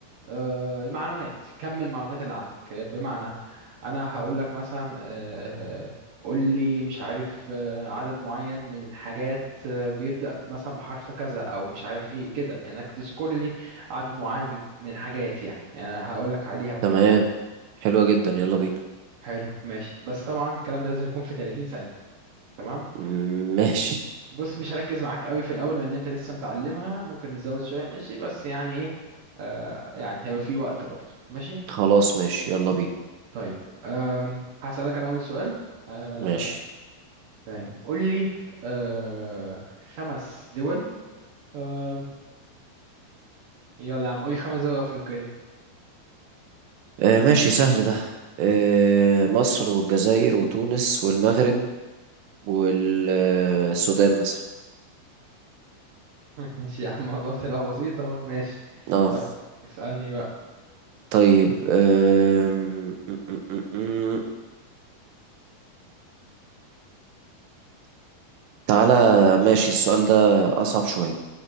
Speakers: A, on the right; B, on the right.
A: آه، معلومات كمل المعلومات اللي عندك آه، بمعنى انا هقول لك مثلا آه، آه، قول لي مش عارف آه، عدد معين من الحاجات آه، بيبدأ مثلا بحرف كذا او مش عارف ايه كده يعني انك تذكر لي عدد معين من من حاجات يعني هقول لك عليها وكده
B: تمام حلوة جدا يلا بينا
A: حلو ماشي بس طبعا الكلام ده لازم يكون في 30 ثانية تمام
B: مم، ماشي
A: بص مش هركز معاك قوي في الاول لان انت لسه متعلمها ممكن نزود شوية ماشي بس يعني ايه آه، يعني هيبقى في وقت برضه ماشي
B: خلاص ماشي يلا بينا
A: طيب أم هسألك أنا أول سؤال أم،
B: ماشي
A: تمام قول لي أه خمس دول أم، يلا يا عم قول لي خمس دول أفريقية
B: آه ماشي سهل ده آه مصر والجزائر وتونس والمغرب والسودان مثلا
A: <laughs> ماشي يا عم الموضوع طلع بسيط أهو ماشي
B: اه
A: طيب اسألني بقى
B: طيب آم، م- م- م- م. تعالى ماشي السؤال ده أصعب شوية